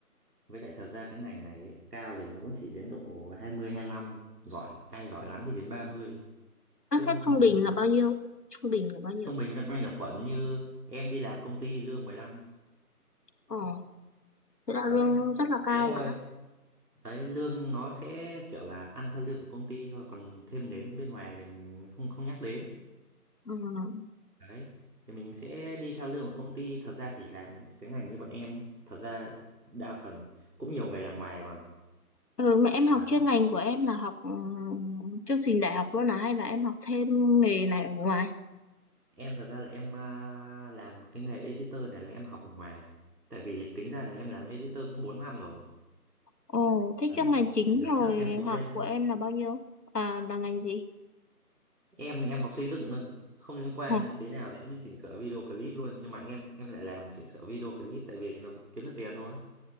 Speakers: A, on the right; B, on the left.
A: Với lại thật ra cái ngành này ấy, cao thì nó cũng chỉ đến độ 20 lăm giỏi ai giỏi lắm thì đến ba mươi chứ
B: Các
A: không
B: khách
A: không
B: trung
A: thể
B: bình
A: hơn
B: là bao nhiêu trung bình là bao nhiêu
A: trung bình loanh quanh là quẩn như em đi làm công ty lương 15
B: ờ thế là
A: đấy
B: lương rất
A: chỉ
B: là cao
A: thế thôi
B: mà
A: đấy lương nó sẽ kiểu là ăn theo lương của công ty thôi còn thêm nếm bên ngoài thì mình không không nhắc đến
B: ừ.
A: đấy thì mình sẽ đi theo lương của công ty thật ra thì làm cái ngành như bọn em ấy, thật ra đa phần cũng nhiều người làm ngoài mà
B: ừ mà em học
A: đấy
B: chuyên ngành của em là học ừ, chương trình đại học luôn à hay là em học thêm nghề này ở ngoài
A: em thật ra là em à, làm cái nghề editor này là em học ở ngoài tại vì tính ra là em làm editor cũng 4 năm rồi
B: ồ thế
A: đấy
B: chuyên ngành chính
A: thì đợt
B: rồi
A: trước em có
B: học
A: quen
B: của em là bao nhiêu à là ngành gì
A: em em học xây dựng thôi không liên quan
B: ờ
A: tí nào đến chỉnh sửa video clip luôn nhưng mà em em lại làm chỉnh sửa video clip tại vì nó kiếm được tiền thôi